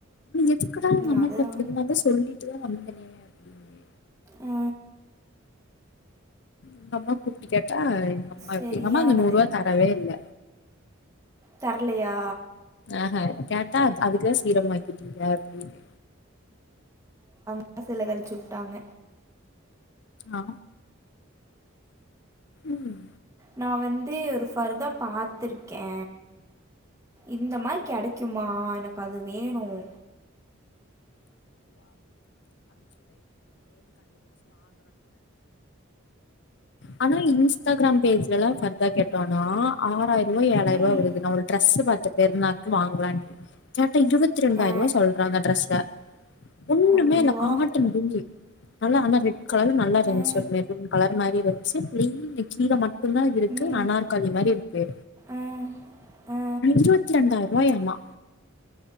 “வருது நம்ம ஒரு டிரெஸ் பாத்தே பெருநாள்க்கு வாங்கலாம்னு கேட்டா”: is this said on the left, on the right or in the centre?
Left